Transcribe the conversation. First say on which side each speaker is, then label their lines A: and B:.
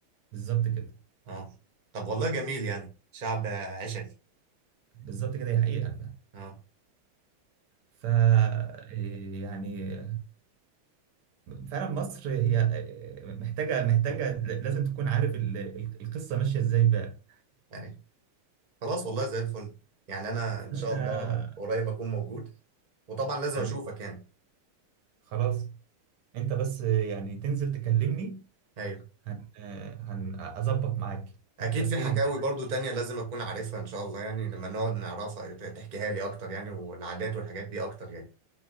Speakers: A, on the right; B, on the right.
A: بالظبط كده
B: اه طب والله جميل يعني شعب عشري
A: بالظبط كده هي حقيقة بقى.
B: اه
A: ف إيه يعني فعلا مصر هي إيه محتاجة محتاجة ل- لازم تكون عارف ال- ال- القصة ماشية ازاي بقى
B: يعني خلاص والله زي الفل يعني انا
A: فانت
B: ان
A: فأنت-
B: شاء الله قريب اكون موجود وطبعا لازم
A: تمام
B: اشوفك يعني
A: خلاص انت بس يعني تنزل تكلمني
B: ايوه
A: هن هن اظبط معاك
B: اكيد
A: لو احتجتني
B: في حكاوي
A: معاك
B: برضو تانية لازم اكون عارفها ان شاء الله يعني لما نقعد نعرفها ت- تحكيها لي اكتر يعني والعادات والحاجات دي اكتر يعني